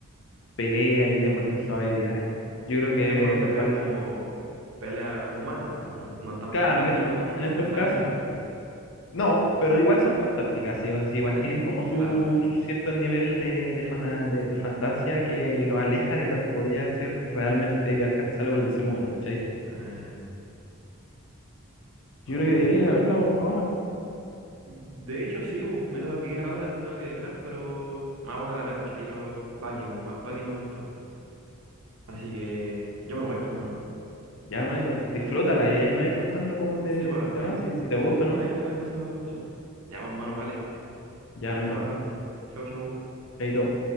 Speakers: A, on the left; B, on the right.
A: pelea y demuestren sus habilidades. Yo creo
B: pero
A: que
B: es más pelea
A: igual
B: como
A: es,
B: pelea humana, pues no, no es tan
A: claro,
B: fantástico
A: en, est-
B: como
A: en
B: un Super
A: estos
B: Saiyajin.
A: casos, no, pero igual son fantásticas, ¿sí? O sea, igual
B: Eh,
A: tienen como su,
B: claro.
A: su cierto nivel de, de, fana- de- de fantasía que lo aleja de lo que podría ser realmente alcanzable por el ser humano, ¿cachai?
B: Ah, ya. Buena.
A: Yo creo que debería ir a verla ahora.
B: De hecho, sí, bu, me tengo que ir ahora, tengo que dejar, pero me voy a poner a ver el tiro Baki, bu, ma- Baki me gustó. Así que yo me voy, pues, hermano.
A: Ya, hermanito, disfrútala y ahí me vais contando cómo te,
B: Sí, va,
A: te
B: ahí,
A: va, si, si te gusta o no.
B: ahí te cuento si me gustó. Ya, pues, hermano, vale.
A: Ya, hermanito,
B: Ahí estaba hablando. Chau, chau.
A: ahí todo.